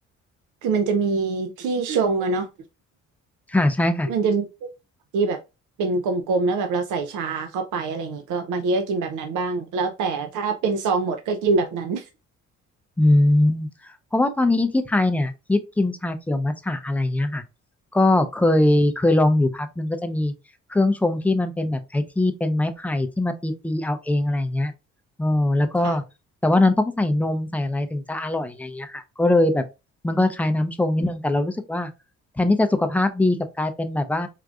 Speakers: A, on the right; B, in the centre.
A: คือมันจะมีที่ชงอะเนาะ
B: ค่ะใช่ค่ะ
A: มันจะมีที่แบบเป็นกลมๆแล้วแบบเราใส่ชาเข้าไปอะไรอย่างงี้ก็บางทีก็กินแบบนั้นบ้างแล้วแต่ถ้าเป็นซองหมดก็กินแบบนั้น
B: อืมเพราะว่าตอนนี้ที่ไทยเนี่ยฮิตกินชาเขียวมัทฉะอะไรเงี้ยค่ะก็เคยเคยลองอยู่พักหนึ่งก็จะมีเครื่องชงที่มันเป็นแบบไอ้ที่เป็นไม้ไผ่ที่มาตีตีเอาเองอะไรเงี้ยอ๋อแล้วก็
A: <laughs> ค่ะ
B: แต่ว่านั้นต้องใส่นมใส่อะไรถึงจะอร่อยอะไรเงี้ยค่ะก็เลยแบบมันก็คล้ายน้ำชงนิดนึงแต่เรารู้สึกว่าแทนที่จะสุขภาพดีกลับกลายเป็นแบบว่า